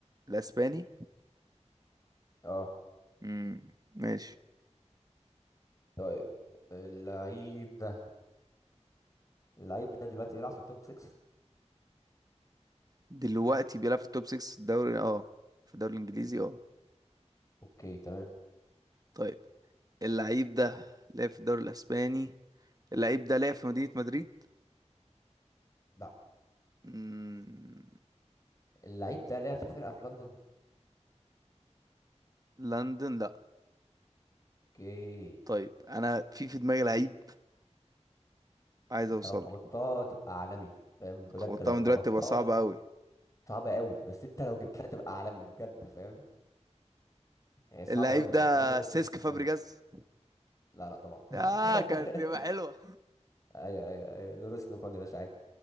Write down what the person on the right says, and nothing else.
الاسباني
امم ماشي
دلوقتي بيلعب في التوب 6 في الدوري اه في الدوري الانجليزي اه
طيب اللعيب ده لعب في الدوري الاسباني اللعيب ده لعب في مدينة مدريد
امم
لندن لا
طيب انا في في دماغي لعيب عايز
اوصل
له
خبطتها
من دلوقتي تبقى صعبة قوي
اللعيب
ده
سيسك
فابريجاز
اه كانت تبقى حلوه